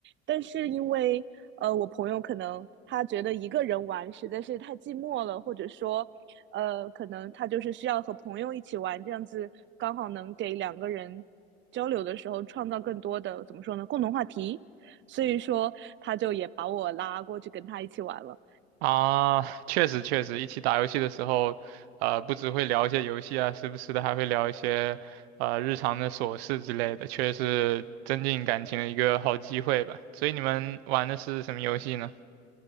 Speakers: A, on the right; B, on the right.
A: 但是因为呃我朋友可能他觉得一个人玩实在是太寂寞了，或者说呃可能他就是需要和朋友一起玩，这样子刚好能给两个人交流的时候创造更多的怎么说呢共同话题，所以说他就也把我拉过去跟他一起玩了。
B: 啊，确实确实，一起打游戏的时候，呃，不只会聊一些游戏啊，时不时的还会聊一些呃日常的琐事之类的，确实是增进感情的一个好机会吧。所以你们玩的是什么游戏呢？